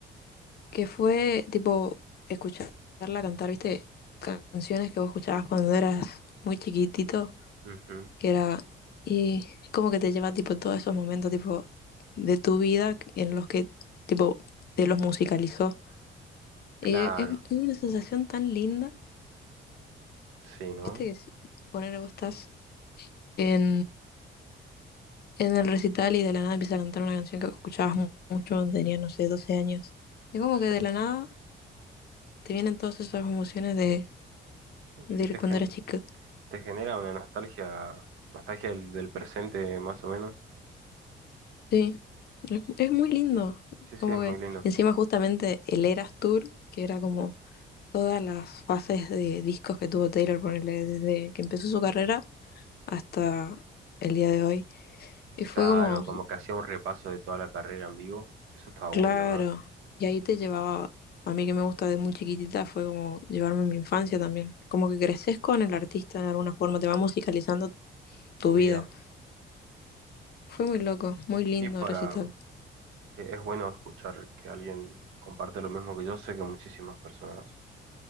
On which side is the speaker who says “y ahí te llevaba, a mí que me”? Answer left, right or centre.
Left